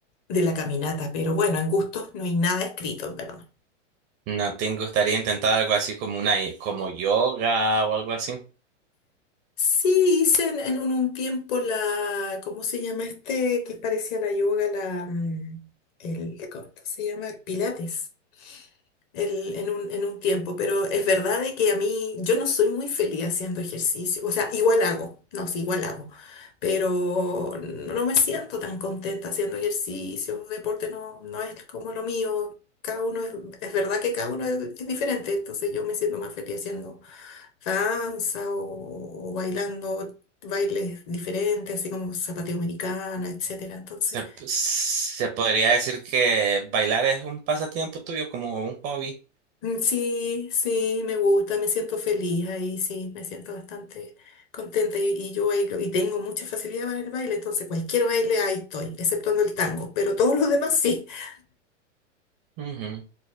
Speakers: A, on the left (about 30°); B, on the right (about 25°).
A: de la caminata, pero bueno, en gustos no hay nada escrito, en verdad.
B: ¿No te gustaría intentar algo así como una, como yoga o algo así?
A: Sí, hice en, en un un tiempo la, ¿cómo se llama este? Que parecía la yoga, la, mm, el, ¿cómo se llama? El Pilates. el- en un, en un tiempo, pero es verdad de que a mí yo no soy muy feliz haciendo ejercicio, o sea, igual hago, no, sí, igual hago, pero no me siento tan contenta haciendo ejercicio, deporte no, no es como lo mío, cada uno es, es verdad que cada uno es, es diferente, entonces yo me siento más feliz haciendo danza o, o bailando bailes diferentes, así como zapateo americano, etcétera, entonces...
B: Se, se podría decir que bailar es un pasatiempo tuyo, como un hobby.
A: Mm, Sí, sí, me gusta, me siento feliz ahí, sí, me siento bastante contenta y, y yo bailo y tengo mucha facilidad para el baile, entonces cualquier baile ahí estoy, exceptuando el tango, pero todos los demás sí. <laughs>
B: Ujú.